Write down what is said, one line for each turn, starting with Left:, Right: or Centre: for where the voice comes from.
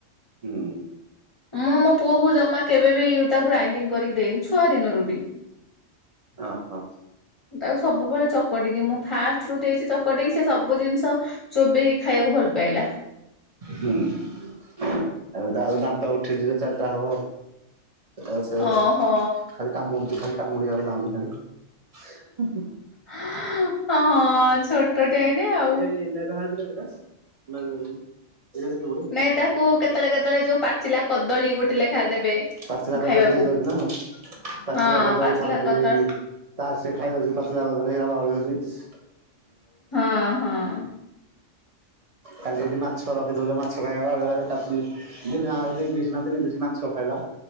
Right: ହୁଁ।
Left: ମୁଁ ମୋ ପୁଅ କୁ ଜମା କେବେବି ତାକୁ ଗ୍ରାଇଡିଙ୍ଗ କରିକି ଦେଇନି ଛୁଆ ଦିନରୁ ବି।
Right: ଅ ହ।
Left: ତାକୁ ସବୁବେଳେ ଚକଟିକି ମୁଁ ଫାଷ୍ଟ ରୁ ଦେଇଚି ଚକଟକି ସେ ସବୁ ଜିନିଷ ଚୋବେଇକି ଖାଇବାକୁ ଭଲ ପାଇଲା।
Right: ହୁଁ ଏବେ ତ ଆଉ ଦାନ୍ତ ଉଠି ଯିବ ଚାରିଟା ହବ। ଆଉ ସେ
Left: ଓହୋ।
Right: ଖାଲି କାମୁଡୁଚି ଖାଲି କାମୁଡିବାକୁ ଯାଉଚି ଖାଲି।
Left: ହ ହଁ ଛୋଟ ଟ ଟେ ଏଇନେ ଆଉ।
Right: ଏଇ ମେଘାଳ କେତେଟା ମଲ ଏଇଟା କେତେ ଗୁଡ
Left: ନାଇଁ ତାକୁ କେତେବେଳେ କେତେବେଳେ ଯୋଉ ପାଚିଲା କଦଳୀ ଗୋଟେ ଲେଖା ଦେବେ।
Right: ପାଚିଲା
Left: ଖାଇବାକୁ
Right: କଦଳୀ ଦେଇ ଦଉଛି ନା ଆଉ ପାଚିଲା
Left: ହଁ
Right: କଦଳୀ
Left: ପାଚିଲା
Right: ଖାଉଛି
Left: କଦଳୀ
Right: ତାର ସେ ଖାଇଦଉଛି ପାଚିଲା କଦଳୀ। <unintelligible>
Left: ହଁ ହଁ।
Right: କାଲି ଏଠି ମାଛ ରଖିଥିଲୁ ଯେ ମାଛ ଖାଇବାକୁ <unintelligible> ଦିନ ଆ ଦି ପିସ୍ ନା ତିି ପିସ୍ ମାଛ ଖାଇଲା।